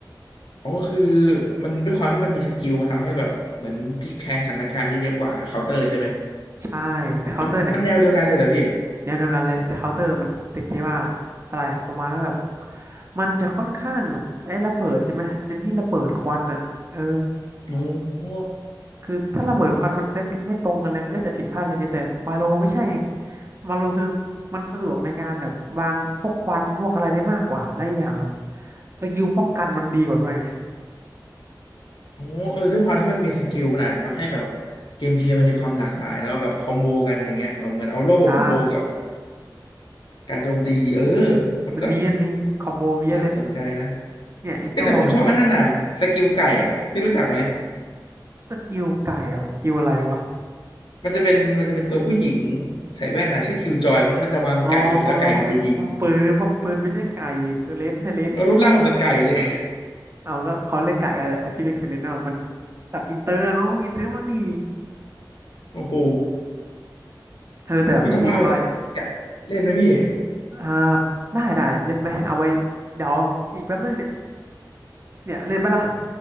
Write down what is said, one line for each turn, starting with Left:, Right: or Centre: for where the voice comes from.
Left: อ๋อคือมันด้วยความที่มันมีสกิลมันทำให้แบบเหมือนพลิกแพลงสถานการณ์ได้เยอะกว่าเคาน์เตอร์ใช่ไหม
Right: ใช่แต่เคาน์เตอร์เนี่ย
Left: มันมันแนวเดียวกันเลยเหรอพี่
Right: แนวเดียวกันเลยแต่เคาน์เตอร์มันติดที่ว่าอะไรอะประมาณว่าแบบมันจะค่อนข้างแบบใช้ระเบิดใช่ไหมเน้นที่ระเบิดควันอะเออ
Left: โอ้โห
Right: คือถ้าระเบิดควันมันเซตกันไม่ตรงกันเลยมันก็จะผิดพลาดกันเยอะแต่มาโลไม่ใช่ไงมาโลคือมันสะดวกในการแบบวางพวกควันพวกอะไรได้มากกว่าและอกอย่างแบบสกิลป้องกันมันดีกว่าด้วยไง
Left: โอ้เออด้วยความที่มันมีสกิลมันอาจจะทำให้แบบเกมเพลย์มันมีความหลากหลายแล้วแบบคอมโบกันอย่างเงี้ยแบบเหมือนเอาโล่คอมโบกับ
Right: ใช่
Left: การโจมตีเออมันก็
Right: มันมีมันมีคอมโบเยอะเลย
Left: น่าสนใจนะ
Right: เนี่ยเองต้องลองกับ
Left: เอ้ยแต่ผมชอบไอ้นั่นน่ะสกิลไก่อ่ะพี่รู้จักไหม
Right: สกิลไก่เหรอ่ะสกิลอะไรวะ
Left: มันจะเป็นมันจะเป็นตัวผู้หญิงใส่แว่นน่ะชื่อคิวจอยมั้งมันจะวางไก่แล้วไก่มันจะยิง
Right: อ๋อมันเป็นปอมปืนปอมปืนไม่ใช่ไก่เทเลนเทเลน
Left: แล้วรูปร่างมันเหมือนไก่เลย
Right: เอาก็เขาเรียกไก่อะไรแต่พี่เรียกเทเลนเนาะมันจับอินเตอร์อะน้องอินเตอร์บางดี
Left: โอ้โห
Right: เออแต่แบบคีย์จอย
Left: อุ้ยจะว่าไปแล้วอยากเล่นไหมพี่
Right: อ่าได้ได้เล่นไหมเอาไว้เดี๋ยวอีกแป๊บนึงเนี่ยเนี่ยเล่นไหมล่ะ